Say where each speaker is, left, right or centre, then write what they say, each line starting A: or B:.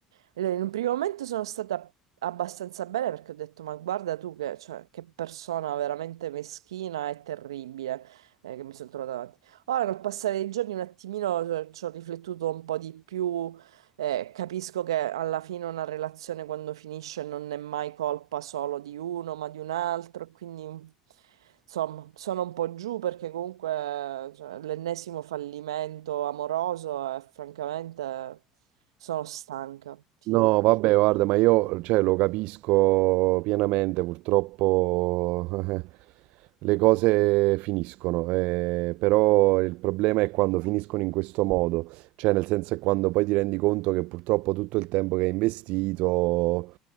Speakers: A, on the right (about 80°); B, on the right (about 60°).
A: E In un primo momento sono stata abbastanza bene perché ho detto ma guarda tu che, cioè, che persona veramente meschina e terribile eh, che mi sono trovata davanti. Ora col passare dei giorni un attimino eh, ci ho riflettuto un po' di più eh, capisco che alla fine una relazione quando finisce non è mai colpa solo di uno, ma di un altro, e quindi mm, insomma sono un po' giù perché comunque cioè, l'ennesimo fallimento amoroso e francamente sono stanca. Sì.
B: No, vabbè, guarda, ma io, cioè, lo capisco pienamente, purtroppo <laughs> le cose finiscono, eh, però il problema è quando finiscono in questo modo, cioè nel senso è quando poi ti rendi conto che purtroppo tutto il tempo che hai investito